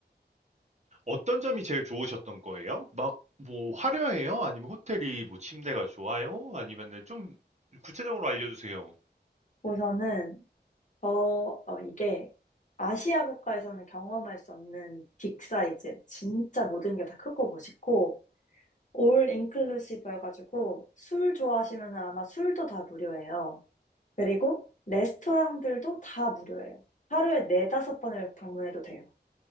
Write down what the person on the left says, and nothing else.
우선은 어, 어, 이게 아시아 국가에서는 경험할 수 없는 빅 사이즈. 진짜 모든 게 다 크고 멋있고, 올 인클루시브 해가지고, 술 좋아하시면 아마 술도 다 무료예요. 그리고 레스토랑들도 다 무료예요. 하루에 네다섯 번을 방문해도 돼요.